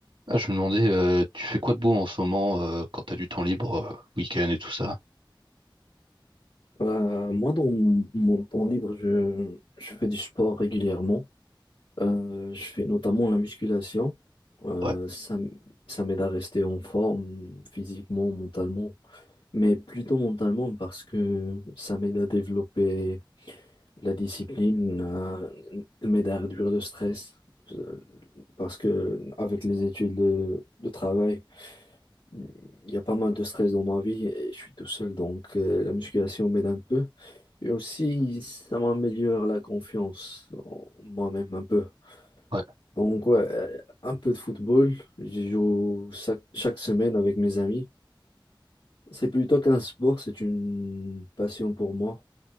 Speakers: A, on the right (about 75°); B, on the left (about 80°).
A: Ah, je me demandais, euh, tu fais quoi de beau en ce moment euh, quand t'as du temps libre, euh, week-end et tout ça?
B: Euh, moi, dans mon mon temps libre, je, je fais du sport régulièrement. Euh, je fais notamment la musculation. Euh,
A: Ouais,
B: ça, m- ça m'aide à rester en forme physiquement, mentalement, mais plutôt mentalement parce que ça m'aide à développer la discipline, à- m'aide à réduire le stress. euh, Parce que avec les études de, de travail, il y a pas mal de stress dans ma vie et je suis tout seul, donc euh, la musculation m'aide un peu. Et aussi, ça m'améliore la confiance en moi-même un peu.
A: ouais.
B: Donc, ouais, euh, un peu de football. je joue chaque, chaque semaine avec mes amis. C'est plutôt qu'un sport, c'est une passion pour moi.